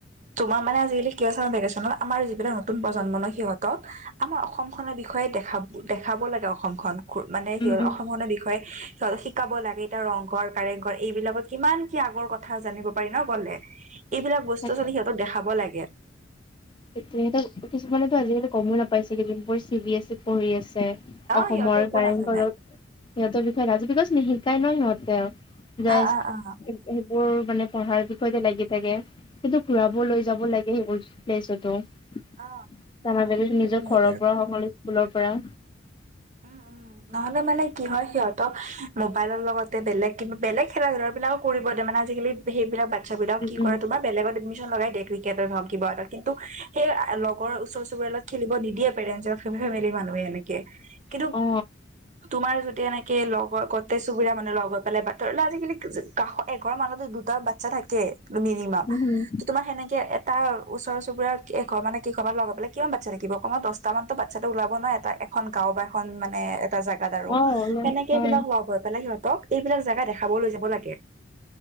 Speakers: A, on the right (about 40°); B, on the left (about 25°).
A: তোমাৰ মানে আজিকালি কিয় চামাৰ ভেকেচনত আমাৰ যিবিলাক নতুন প্ৰজন্ম ন সিহঁতক আমাৰ অসম খনৰ বিষয়ে দেখা দেখাব লাগে অসমখন। মানে
B: উম
A: সিহঁ
B: উম
A: অসমখনৰ বিষয়ে শিকাব লাগে এতিয়া ৰংঘৰ, কাৰেংঘৰ, এইবিলাকত কিমান কি আগৰ কথা জানিব পাৰি ন গ'লে, এইবিলাক বস্তু
B: তাকে
A: <unintelligible> সিহঁতক দেখাব লাগে।
B: সেইটোৱে সিহঁতৰ কিছুমানেটো আজিকালি গমো নাপাই চাগে যোনবোৰ চি বি এছিত পঢ়ি আছে।
A: অ
B: অসমৰ
A: সিহঁতে একো
B: কাৰেংঘৰক
A: নাজানে
B: ইহঁত বিষয় নাজ, বিকজ নিহিকাই ন সিহঁতে, জাস্ত
A: অ অ অ
B: সেইবোৰ মানে পঢ়াৰ বিষয়তে লাগি থাকে, কিন্তু ঘুৰাবওঁ লৈ যাব লাগে সেইবোৰ প্লেছটো, চামাৰ
A: অ
B: ভেকেচন
A: সেইটো
B: নিজৰ
A: হয়
B: ঘৰৰ
A: বাৰু
B: পৰা হওঁক নহ'লে স্কুলৰ পৰা।
A: উম, উম। নহ'লে মানে কি হয় সিঁহতক মোবাইলৰ লগতে বেলেগ কিবা বেলেগ খেলা ধুলা বিলাকো কৰিব দিয়ে মানে আজিকালি সেইবিলাক বাচ্ছা বিলাক
B: উম
A: কি কৰে
B: উম
A: তোমাক বেলেগত এডমিছন লগাই দিয়ে, ক্ৰিকেটত হওঁক কিবা এটা কিন্তু সেই লগৰ ওচৰ চুবুৰিয়া খেলিব নিদিয়ে পেৰেণ্টচে ফেমিলি মানুহে এনেকে, কিন্তু
B: অ
A: তোমাৰ যদি এনেকে লগৰ গোটেই চুবুৰীয়া মানুহ লগ হৈ পেলাই <unintelligible> আজিকালি কাশ এঘৰ মানতো দুটা বাতচা থাকে মিনিমাম
B: উম উম
A: তোমাৰ সেনেকে এটা ওচৰ চুবুৰিয়াৰ এঘৰ মানে কেই ঘৰমান লগ হৈ পেলাই কিমান বাচ্ছা থাকিব কমেও দচ <unintelligible> বাচ্ছাটো ওলাব নোৱাৰে এটা এখন গাঁও বা এখন মানে এটা জেগাত আৰু
B: অ
A: সেনেকে
B: হয়
A: এইবিলাক হোৱা গৈ পেলাই সিহঁতক এইবিলাক জেগা দেখাব লৈ যাব লাগে।